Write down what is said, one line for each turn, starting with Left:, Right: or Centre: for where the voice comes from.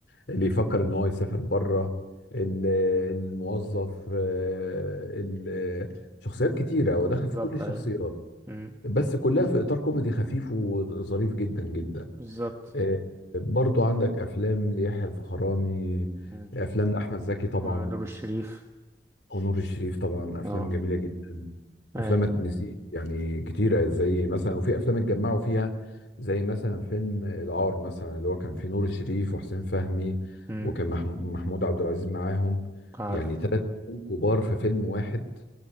Left: اللي يفكر إن هو يسافر بره ال- الموظف آه، ال- شخصيات كتيرة ودخل
Right: بالظبط
Left: في كل الشخصيات
Right: ايوه امم
Left: بس كلها في اطار كوميدي خفيف وظريف جدا جدا
Right: بالظبط
Left: آه، برضو عندك افلام ليحيى الفخراني
Right: امم
Left: افلام لاحمد زكي طبعا
Right: آه، نور الشريف
Left: ونور الشريف طبعا افلام
Right: اه
Left: جميله جدا
Right: ايوه
Left: افلام ما تنسيش يعني كتيره زي مثلا وفي افلام اتجمعوا فيها زي مثلا فيلم العار مثلا اللي هو كان فيه نور الشريف وحسين فهمي
Right: امم
Left: وكان مح- محمود عبد العزيز معاهم
Right: عارف
Left: يعني ثلاث نجوم كبار في فيلم واحد